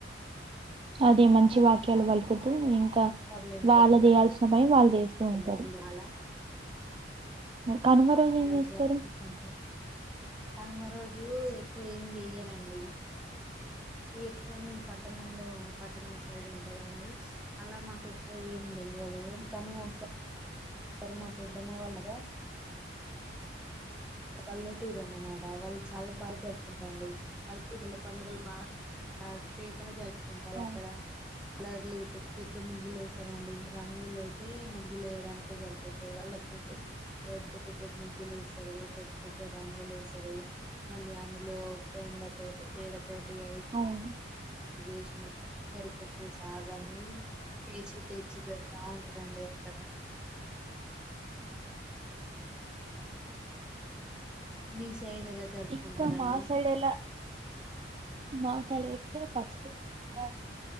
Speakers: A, on the right; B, in the centre.
A: అది మంచి వాక్యాలు పలుకుతూ ఇ కా
B: డబ్బులు ఎన్నుకోకుండా
A: వాళ్ళు చేయాల్సిన పని వాళ్ళు చేస్తూ ఉంటారు
B: డబ్బులు అలా
A: కనుమ రోజు
B: అలాగ
A: ఏం చేస్తారు
B: జరుపుకుతుంటారు కనుమ రోజు జు ఎక్కువ ఏమి చేయరండి ఎక్కువ మేము పట్టణంలో పట్టణం సైడ్ ఉంటదండి అలా మాకు ఎక్కువ ఏం తెలియదు కానీ ఒకసారి మా పెద్దమ్మా వాళ్ళదా పల్లెటూరు అనమాట వాళ్ళు చాలా బాగా జరుపుకుంటారండి పల్లెటూరులో పండుగలు బాగా హ్యాపీగా జర్పు
A: అవును
B: అక్కడ కలర్లు పెద్ద పెద్ద ముగ్గులు వేశారండి రంగులు అయితే ముగ ముగ్గులు వయడానికే సరిపోతాయి వాళ్ళకు పెద్ద పెద్ద ముగ్గులు వేస్తారు పెద్ద పెద్ద రంగులు వేసారు మళ్ళీ అందులో పెండ తొటి పీడ తొ తోటి ఆయి
A: అవును
B: లేషిన గరిక పూస అవన్నీ తీసి తెచ్చి పెడతా ఉంటారండి అక్కడ మీ సైడ్ ఎలా జరుపుకుంటారండి
A: ఇంకా మాసైడెలా మాకాడైతే ఫస్ట్ ఉదయాన్నే